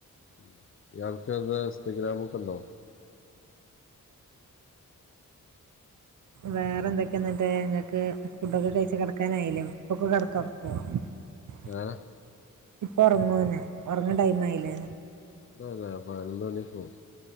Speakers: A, on the left; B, on the right.
A: ഉം ഇയാൾക്ക് എന്താ ഇൻസ്റ്റഗ്രാമ് ഒക്കെ ഉണ്ടോ
B: വേറെ
A: ആ,
B: എന്തൊക്കെ ഇന്ന ദേ നിങ്ങക്ക് ഫുഡൊക്കെ കഴിച്ച് കിടക്കാനായില്ലൊ ഇപ്പൊക്കെ <unintelligible>
A: <unintelligible>
B: ഇപ്പൊ ഒറങ്ങോ എന്ന് ഒറങ്ങണ ടൈം ആയില്ലേ
A: ഇപ്പ അതെ പതിനൊന്നു മണി ഒക്കെ ആവും